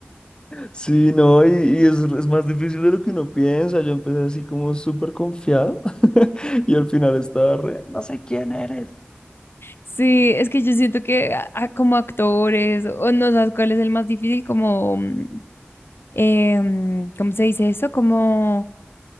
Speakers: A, on the left; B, on the left.
A: Sí, no, y, y es, es más difícil de lo que uno piensa. Yo empecé así como súper confiado <laughs> y al final estaba re, no sé quién eres.
B: Sí, es que yo siento que a- a- como actores, o no sabes cuál es el más difícil, como, mm, eh, mm, ¿cómo se dice eso? Como